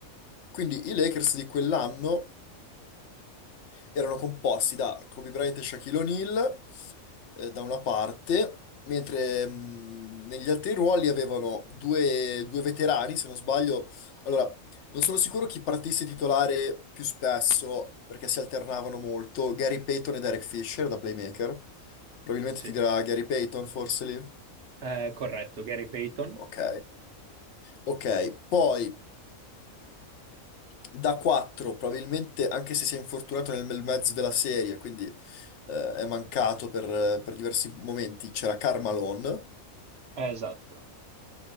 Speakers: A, on the left; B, on the right.
A: quindi i Lakers di quell'anno. erano composti da Kobe Bryant e Shaquille O'Neal eh, da una parte, mentre mh, negli altri ruoli avevano due, due veterani, se non sbaglio. Allora, non sono sicuro chi partisse titolare più spesso, perché si alternavano molto, Gary Payton e Derek Fisher da playmaker. Probabilmente
B: Sì.
A: ti dirà Gary Payton, forse lì.
B: È corretto, Gary Payton.
A: Ok. Ok, poi da 4, probabilmente anche se si è infortunato nel bel mezzo della serie, quindi eh, è mancato per, per diversi momenti, c'era Carmalone.
B: Eh, Esatto.